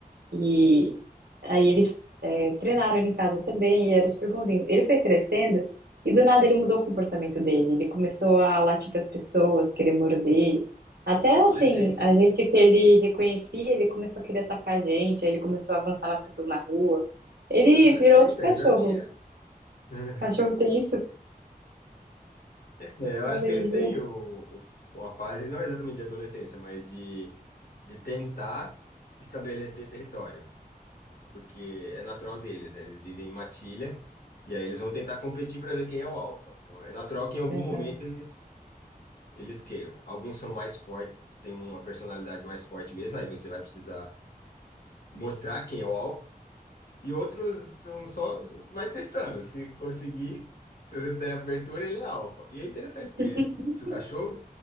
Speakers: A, on the right (about 85°); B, on the left (about 75°).
A: E aí eles é, treinaram ele em casa também e era super bonzinho. Ele foi crescendo e do nada ele mudou o comportamento dele. Ele começou a latir para as pessoas, querer morder. Até
B: Adolescência.
A: assim, a gente que ele reconhecia, ele começou a querer atacar a gente, aí ele começou a avançar nas pessoas na rua. Ele
B: Adolescência,
A: virou outro cachorro.
B: rebeldia. <laughs>
A: Cachorro tem isso?
B: É, eu
A: Falei,
B: acho que eles
A: gente.
B: têm o- o- uma fase, não exatamente de adolescência, mas de, de tentar estabelecer território. porque é natural deles, né? Eles vivem em matilha e aí eles vão tentar competir para ver quem é o alfa. Então é natural que em algum
A: Aham.
B: momento eles eles queiram. Alguns são mais fortes, têm uma personalidade mais forte mesmo, aí você vai precisar mostrar quem é o alfa. E outros são só vai testando, se conseguir, se você der abertura, ele é alfa. E é interessante porque
A: <laughs>
B: se o cachorro